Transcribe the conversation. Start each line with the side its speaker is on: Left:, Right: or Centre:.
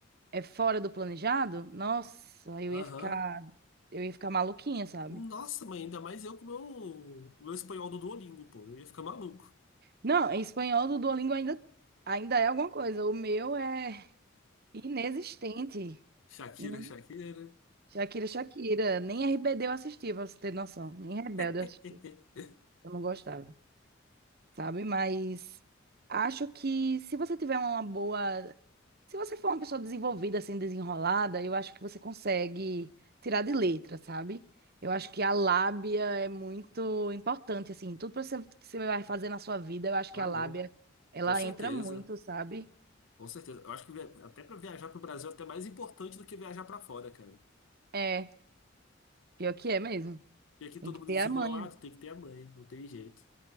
Right: é, fora do planejado. Nossa, eu
Left: Aham.
Right: ia ficar, eu ia ficar maluquinha, sabe?
Left: Nossa, mãe, ainda mais eu com o meu, com o meu espanhol do Duolingo, pô. Eu ia ficar maluco.
Right: Não, em espanhol do Duolingo ainda, ainda é alguma coisa. O meu é inexistente.
Left: Shakira,
Right: Ine-
Left: Shakira.
Right: Shakira, Shakira. Nem RBD eu assisti, pra você ter noção. Nem Rebelde
Left: <laughs>
Right: eu assisti. Eu não gostava, sabe? Mas acho que se você tiver uma boa. Se você for uma pessoa desenvolvida, assim, desenrolada, eu acho que você consegue tirar de letra, sabe? Eu acho que a lábia é muito importante, assim. Tudo que você, você vai fazer na sua vida, eu acho
Left: Ah,
Right: que a lábia,
Left: não.
Right: ela
Left: Com certeza.
Right: entra muito, sabe?
Left: Com certeza. Eu acho que via- até para viajar para o Brasil é até mais importante do que viajar para fora, cara.
Right: É, pior que é mesmo.
Left: E aqui todo
Right: Tem que
Left: mundo
Right: ter
Left: é desenrolado,
Right: a manha.
Left: tem que ter a manha, não tem jeito.